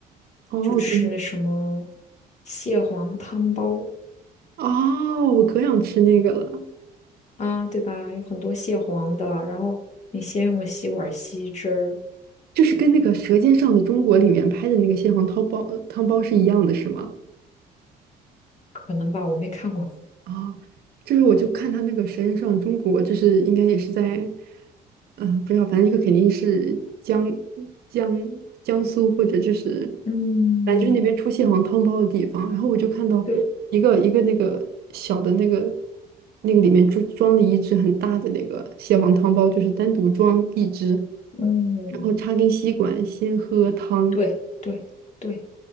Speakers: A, on the right (about 65°); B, on the left (about 40°).
A: 哦，
B: 就吃那什么
A: 可能
B: 蟹黄汤包
A: 哦，我可想吃那个了，
B: 啊，对吧？有很多蟹黄的，然后你先用个吸管吸汁儿，
A: 就是跟那个《舌尖上的中国》里面拍的那个蟹黄汤包汤包是一样的，是吗？
B: 可能吧，我没看过。
A: 哦，就是我就看他那个《舌尖上的中国》，就是应该也是在，嗯、不知道，反正一个肯定是江江江苏或者就是
B: 嗯，
A: 反正就是那边出蟹黄汤包的地方。然后我就看到一个一个那个小的那个
B: 对，
A: 那个里面装装了一只很大的那个蟹黄汤包，就是单独装一只，然后插根吸管先喝汤，
B: 嗯，对对对，